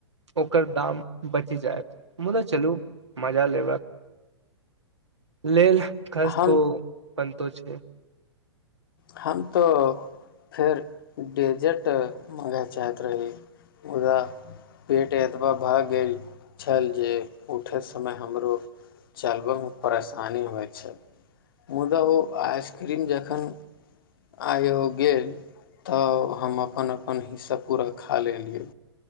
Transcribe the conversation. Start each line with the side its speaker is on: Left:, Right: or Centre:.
Right: ओकर दाम बचि जायत मुदा चलू मजा लेब लेल खास
Left: हम
Right: तो अपन तो छै
Left: हम तऽ फेर डेजर्ट मङ्गय चाहैत रही मुदा पेट एतबा भऽ गेल छल जे उठय समय हमरो चलबयमे परेशानी होइत छल मुदा ओ आइसक्रीम जखन आइ हो गेल तऽ हम अपन अपन हिस्सा पूरा खा लेलियै